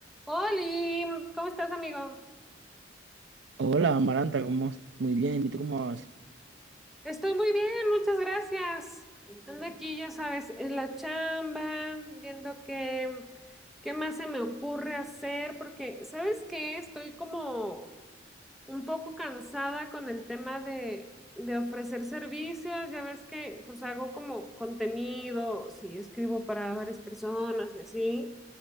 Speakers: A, in the centre; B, on the right.
A: Oli, ¿cómo estás, amigo?
B: Hola, Amaranta, ¿cómo vas? Muy bien, ¿y tú cómo vas?
A: Estoy muy bien, muchas gracias. Ando aquí, ya sabes, en la chamba, viendo qué, qué más se me ocurre hacer, porque, ¿sabes qué? Estoy como un poco cansada con el tema de, de ofrecer servicios. Ya ves que, pues, hago como contenido, sí, escribo para varias personas y así.